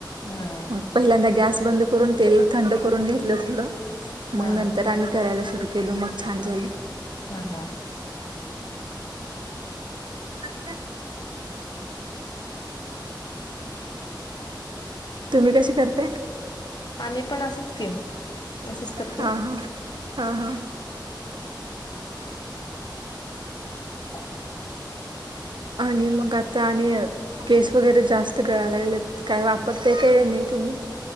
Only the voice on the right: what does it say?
मग पहिल्यांदा गॅस बंद करून, तेल थंड करून घेतलं थोडं. मंग
नंतर आम्ही करायला सुरु केलो, मग छान झालं.
<inaudible>
तुम्ही कशी करताय?
हां हां, हां हां.
आणि मग आता आणि केश वगैरे जास्त गळाय लागलेत, काय वापरतेय काय नही तुम्ही?